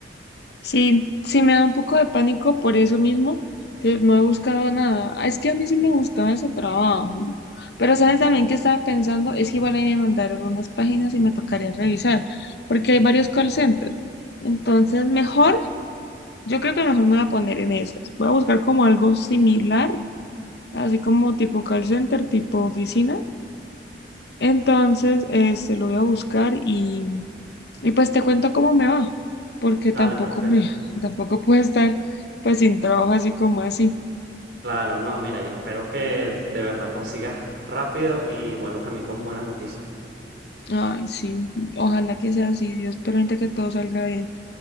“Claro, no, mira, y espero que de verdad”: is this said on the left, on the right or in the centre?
Right